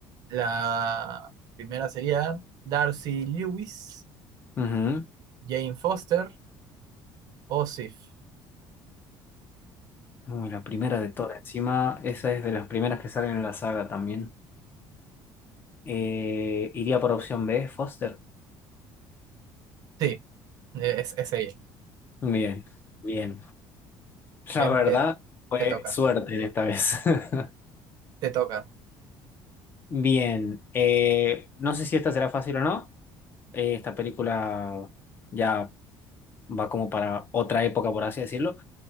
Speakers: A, on the right; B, on the left.
A: la primera sería Darcy Lewis,
B: Ujú.
A: Jane Foster o Sif. <clears throat>
B: Uy, la primera de todas. Encima, esa es de las primeras que salen en la saga también. Eh, iría por opción B, Foster.
A: Sí, es, es ella.
B: Bien, bien. La
A: Bien,
B: verdad,
A: te,
B: fue
A: te toca,
B: suerte en esta vez. <laughs>
A: te toca.
B: Bien, eh, no sé si esta será fácil o no. Eh, esta película ya va como para otra época, por así decirlo.